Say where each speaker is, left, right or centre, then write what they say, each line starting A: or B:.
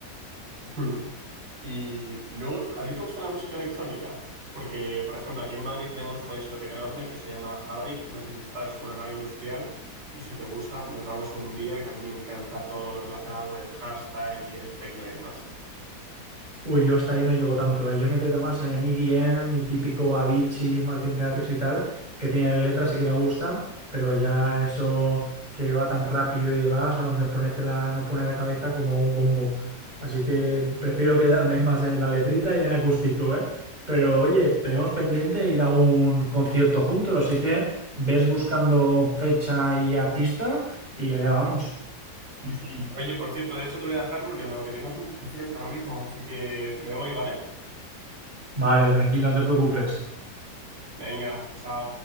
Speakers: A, on the right; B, on the right.
A: Hmm. Y, y luego, ¿a ti te gusta la música electrónica? Porque, por ejemplo, aquí en Madrid tenemos una discoteca enorme que se llama Fabric, no sé si está, es como una nave industrial, y si te gusta, nos vamos un día, que a mí me encanta todo lo relacionado con el hardstyle y el techno y demás.
B: Uy, yo hasta ahí no llego tanto, ¿eh? Yo me quedo más en EDM y típico Avicii, Martin Garrix y tal, que tienen letras y que me gusta, pero ya eso que va tan rápido y demás, vamos, me pone la, me pone la cabeza como un bombo. Así que prefiero quedarme <laughs> más en la letrita y en acústico, ¿eh? Pero oye, tenemos pendiente ir a un concierto juntos, así que ves buscando fecha y artista y allá vamos.
A: Sí, sí. Oye, por cierto, de hecho te voy a dejar porque lo que tengo es un concierto ahora mismo, así que me voy, ¿vale?
B: Vale, tranquilo, no te preocupes.
A: Venga, chao.